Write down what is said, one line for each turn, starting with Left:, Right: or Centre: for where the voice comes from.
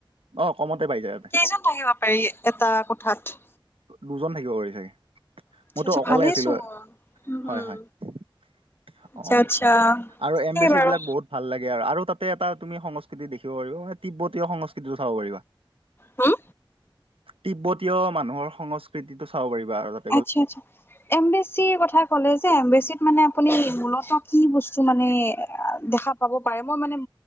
Right: অ কমতে পাই যায়
Left: কেইজন থাকিব পাৰি এটা কোঠাত
Right: দুজন থাকিব পাৰি চাগে
Left: আচ্ছা
Right: মইতো
Left: আচ্ছা
Right: অকলে
Left: ভালেই
Right: আছিলো
Left: চোন উম হম
Right: হয় হয় অ
Left: আচ্ছা আচ্ছা
Right: আৰু
Left: কি
Right: এম বিচি
Left: বাৰু
Right: বিলাক বহুত ভাল লাগে আৰু আৰু তাতে এটা তুমি সংস্কৃতি দেখিব পাৰিবা তিব্বতীয় সংস্কৃতিটো চাব পাৰিবা
Left: হুম
Right: তিব্বতীয় মানুহৰ সংস্কৃতিটো চাব পাৰিবা আৰু তাত
Left: আচ্ছা আচ্ছা এমবেচিৰ কথা ক'লে যে এমবেচিত মানে আপুনি মূলত কি বস্তু মানে দেখা পাব পাৰে মই মানে